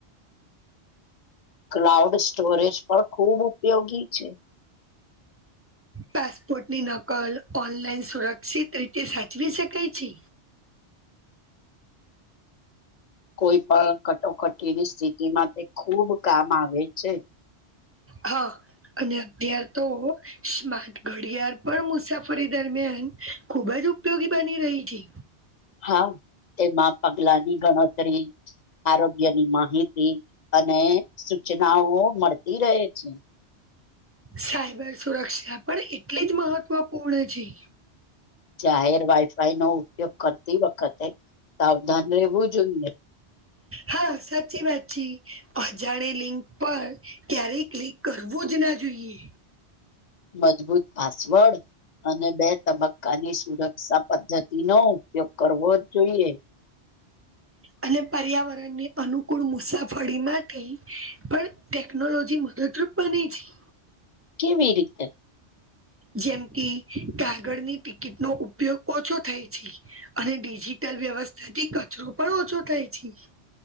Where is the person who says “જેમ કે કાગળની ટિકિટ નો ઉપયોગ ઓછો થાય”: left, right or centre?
Right